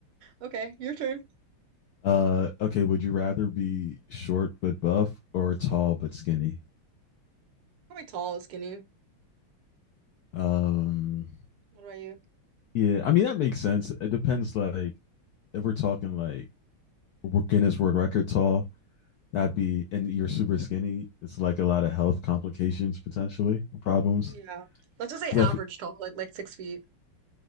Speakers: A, on the right; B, on the left.
A: Okay, your turn.
B: Uh, okay, would you rather be short but buff or tall but skinny?
A: Probably tall, skinny.
B: Um,
A: What about you?
B: yeah, I mean that makes sense. It depends. Like, if we're talking like we're Guinness World Record tall, that be, and you're super skinny. It's like a lot of health complications potentially, problems.
A: Yeah. Let's just say average
B: 'Cause I f-
A: tall, like like six feet.